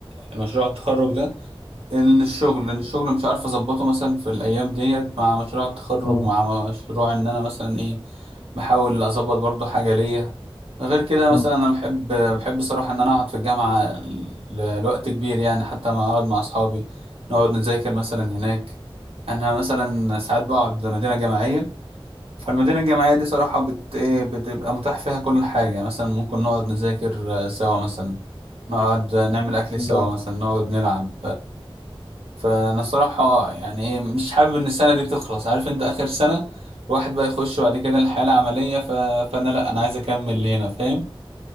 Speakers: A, on the right (about 90°); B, on the left (about 30°).
A: المشروع التخرج ده ان الشغل ان الشغل مش عارف اظبطه مثلا في الايام ديت مع مشروع التخرج
B: مم.
A: مع مشروع ان انا مثلا ايه بحاول اظبط برضو حاجه ليا غير كده مثلا
B: مم.
A: انا بحب بحب صراحه ان انا اقعد في الجامعه ل- لوقت كبير يعني حتى ما اقعد مع اصحابي نقعد نذاكر مثلا هناك انا مثلا ساعات بقعد مدينه جامعيه فالمدينه الجامعيه دي صراحه بت ايه بتبقى متاح فيها كل حاجه مثلا ممكن نقعد نذاكر آه، سوا مثلا نقعد نعمل اكل سوا
B: جامد.
A: مثلا نقعد نلعب فانا الصراحه يعني ايه مش حابب ان السنه دي تخلص عارف انت اخر سنه الواحد بقى يخش بعد كده الحياه العمليه ف... فانا لا انا عايز اكمل هنا فاهم